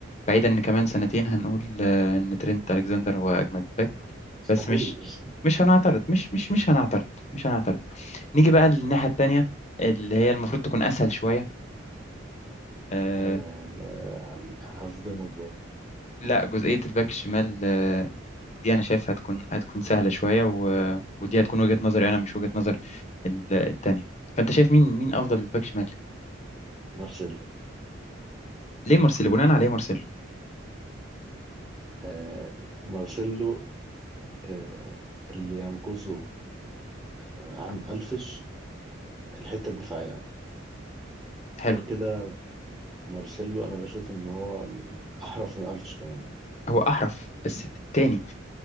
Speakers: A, on the left (about 35°); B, on the right (about 20°).
A: بعيدا ان كمان سنتين هنقول آه، ان ترينت الكسندر هو اجمد باك
B: مستحيل
A: بس مش مش هنعترض مش مش مش هنعترض مش هنعترض نيجي بقى للناحيه التانيه اللي هي المفروض تكون اسهل شويه آه
B: آه، يعني هصدمك برضه
A: لا جزئيه الباك الشمال آه دي انا شايف هتكون هتكون سهله شويه و... ودي هتكون وجهه نظري انا مش وجهه نظر ال- التانيه فانت شايف مين مين افضل باك شمال
B: مارسيلو
A: ليه مارسيلو بناء عليه مارسيلو
B: آه، مارسيلو آه، اللي ينقصه عن الفش الحتة الدفاعية
A: حلو
B: غير كده مارسيلو انا بشوف ان هو احرف من الفش كمان
A: هو احرف بس تاني